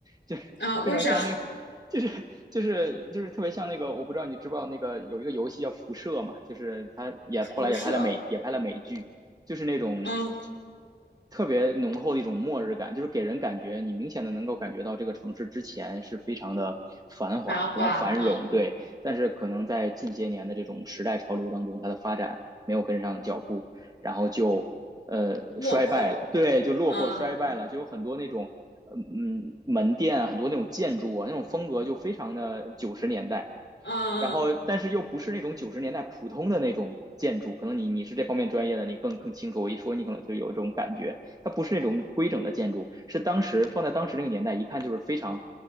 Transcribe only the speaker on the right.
就 <laughs>
非常像那个。
就是就是就是特别像那个，我不知道你知不知道那个有一个游戏叫《辐射》嘛，就是它也后来也拍了美也拍了美剧，
就是那种
特别浓厚的一种末日感，就是给人感觉你明显的能够感觉到这个城市之前是非常的繁华、
非常繁荣，
对，但是可能在近些年的这种时代潮流当中，它的发展没有跟上脚步，然后就呃衰败了，
对，就落魄衰败了，
就有很多那种。嗯嗯，门店啊，很多那种建筑啊，那种风格就非常的九十年代，
然后但是又不是那种九十年代普通的那种建筑，可能你你是这方面专业的，你更更清楚。我一说你可能就有这种感觉，它不是那种规整的建筑，是当时放在当时那个年代，一看就是非常